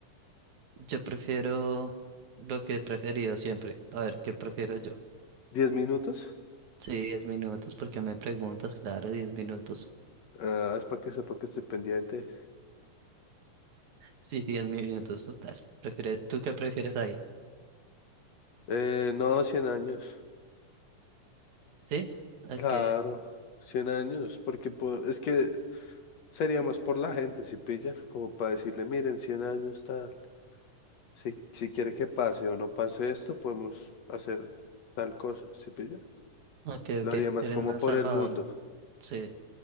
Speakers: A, on the right; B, on the left.
A: Yo prefiero lo que he preferido siempre. A ver, ¿qué prefiero yo?
B: diez minutos?
A: Sí, 10 minutos, porque me preguntas, claro, 10 minutos.
B: Ah, es para que sepa que estoy pendiente.
A: Sí, 10 minutos total. Prefiere- ¿Tú qué prefieres ahí?
B: Eh, no, 100 años.
A: ¿Sí? Ok,
B: Claro, 100 años. Porque po- es que sería más por la gente, si pilla, como para decirle, miren, 100 años tal. Si, si quiere que pase o no pase esto, podemos hacer tal cosa, ¿sí pilla?
A: ok,
B: Lo
A: ok.
B: haría más
A: Eres
B: como
A: más
B: por
A: salvador.
B: el mundo.
A: Sí.